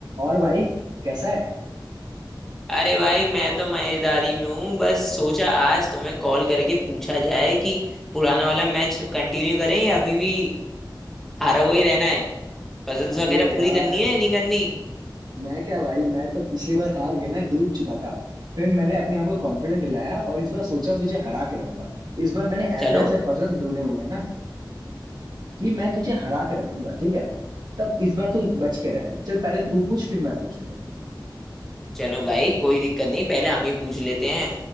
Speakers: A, on the right; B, in the centre.
A: और भाई कैसा है
B: अरे भाई मैं तो मजेदारी में हूँ बस सोचा आज तुम्हें कॉल करके पूछा जाए कि पुराना वाला मैच कंटिन्यू करें या अभी भी हारा हुआ ही रहना है पजल्स
A: अरे
B: वगैरह
A: यार
B: पूरी करनी है या नहीं करनी
A: मैं क्या भाई मैं तो पिछली बार हार गया ना डूब चुका था फिर मैंने अपने आप को कॉन्फिडेंट दिलाया और इस बार सोचा तुझे हरा के रहूंगा इस बार मैंने
B: चलो
A: ऐसे ऐसे पजल्स ढूंढे हुए हैं ना कि मैं तुझे हरा के रखूंगा ठीक है तब इस बार तू बच के रह चल पहले तू पूछ फिर मैं पूछूंगा
B: चलो भाई कोई दिक्कत नहीं पहले हम ही पूछ लेते हैं